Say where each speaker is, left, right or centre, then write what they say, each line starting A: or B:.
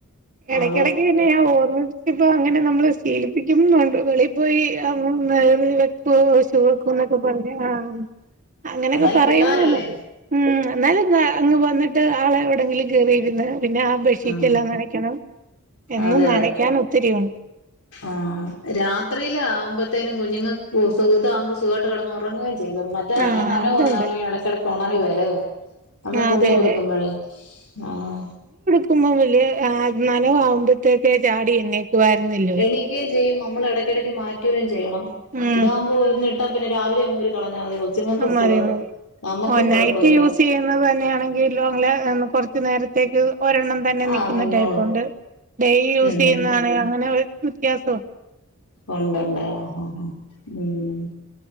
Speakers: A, on the right (about 35°); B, on the left (about 85°).
A: എടക്കെടക്ക്
B: അതെ
A: പിന്നെ ഞാൻ ഓർമ്മ ഇപ്പ അങ്ങനെ നമ്മള് ശീലിപ്പിക്കുന്നുണ്ട് വെളിയിൽ പോയി <unintelligible> പോ ശു വക്കുന്നൊക്കെ പറഞ്ഞ ആഹ് അങ്ങനെയൊക്കെ
B: എന്നാലും
A: പറയുമ്പോ
B: പിള്ളാരല്ലേ
A: ഉം എന്നാലും ങ് അങ്ങ് വന്നിട്ട് ആളെ എവിടെങ്കിലും കേയറിയിരുന്ന് പിന്നെ ബെഡ്ഷീറ്റെല്ലാം
B: ആഹ്
A: നനക്കണം എന്നും
B: അതെ
A: നനക്കാൻ
B: അതെ
A: ഒത്തിരി ഉണ്ട്
B: ആഹ് രാത്രിയില് ആവ്മ്പെ ത്തെനു കുഞ്ഞുങ്ങക്കു സു ഇത് ആകുമ്പോ സുഖായിട്ട് കെടന്ന് ഒറങ്ങുകയും ചെയ്തോള്ളും മറ്റേതാണെങ്കി
A: ആഹ്
B: നനവ്
A: അതുണ്ട്
B: വന്ന <unintelligible> കിടക്കാണേല് <unintelligible> നമ്മള്
A: ആ
B: തുണി
A: അതെ അതെ
B: ഉടുക്കുമ്പോഴേ ആഹ്
A: ക്കുമ്പൊ വെല്യേ ആഹ് നനവ് ആകുമ്പത്തേക്കെ ചാടി എഴുന്നേ ക്കുവാര്ന്നില്ല
B: എണീക്കേം ചെയ്യും നമ്മൾ എടയ്ക്കെടക്ക് മാറ്റുവേം ചെയ്യണം
A: ഉം
B: ഇതാ ആവു മ്പൊ ഒന്നിട്ടാ പിന്നെ രാവിലെ അങ്ങൂരി കളഞ്ഞാ മതി കൊച്ചുങ്ങൾക്കും
A: ആഹ് മതി
B: സുഖം
A: മതി
B: നമ്മുക്കും
A: ഓ നൈറ്റ്
B: കൊഴപ്പമില്ല
A: യൂസ് ചെയ്യുന്നത് തന്നെയാണെങ്കി ങ്കിലോങ്ങ്‌ല് കൊറച്ച് നേരത്തേക്ക് ഒരെണ്ണം മ തന്നെ
B: ആഹ്
A: നിക്കുന്ന
B: നിന്നോളും
A: ടൈപ്പൊണ്ട് ഡെയി യൂസ്
B: ഉം
A: ചെയ്യുന്നതാണെങ്കിൽ
B: ഉം
A: അങ്ങനെ വ്യത്യാസോ
B: ഒണ്ടൊണ്ട് ആഹ് ആഹ് ഉം